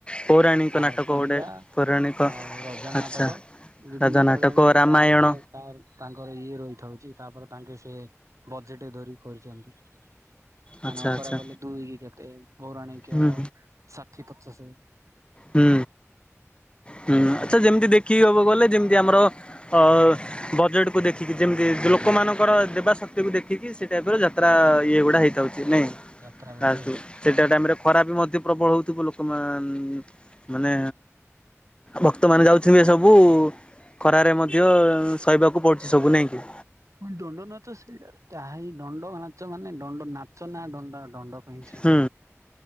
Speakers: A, on the left; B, on the right.
A: ପୌରାଣିକ
B: ଭାରତ
A: ନାଟକ ଗୋଟେ
B: ଲୀଳା
A: ପୌରାଣିକ
B: ଆଉ ରଜା
A: ଆଚ୍ଛା
B: ନାଟକ ବିଭିନ୍ନ
A: ରାଜା ନାଟକ
B: ପ୍ରକାର ମାନେ
A: ରାମାୟଣ
B: କାର କିଏ କା ତାଙ୍କର ଇଏ ରହିଥାଉଛି, ତାପରେ ତାଙ୍କେ ସେ ବଜେଟ ଧରିି କରିଚନ୍ତି। ମାନେ
A: ଆଚ୍ଛା
B: ଅପରା
A: ଆଚ୍ଛା
B: ଗଲେ ଦୁଇ କି କେତେ ପୌରାଣିକ
A: ହୁଁ
B: ଷାଠି ପଚାଶେ
A: ହୁଁ ହୁଁ ଆଚ୍ଛା ଯେମିତି ଦେଖିକି ହବ ଗଲେ ଯେମିତି ଆମର ଅ ବଜେଟ କୁ ଦେଖିକି ଯେମିତି ଲୋକମାନଙ୍କର ଦେବା ଶକ୍ତିକୁ ଦେଖିକି ସେ ଟାଇପ ର ଜ ତ୍ରା ଇଏ ଗୁଡ଼ା ହେଇଥାଉଛି ନାଇଁ?
B: ଯାତ୍ରା ଗୁଡିକ
A: ଆଲୁ
B: ହେଇଥାଏ
A: ସେଟା ଟାଇମରେ ଖରା ବି ମଧ୍ୟ ପ୍ରବଳ ହଉଥିବ ଲୋକମାନ ମାନେ ଭକ୍ତମାନେ ଯାଉଥିବେ ସବୁ। ଖରାରେ ମଧ୍ୟ ସହିବାକୁ ପଡ଼ୁଛି ସବୁ ନାଇଁକି।
B: ଦଣ୍ଡ ନାଚ ସେଇଆ ତାହା ହିଁ ଦଣ୍ଡ ନାଚ ମାନେ ଦଣ୍ଡ ନାଚ ନା ଦଣ୍ଡ ଦଣ୍ଡ ପାଇଁ ସେ
A: ହୁଁ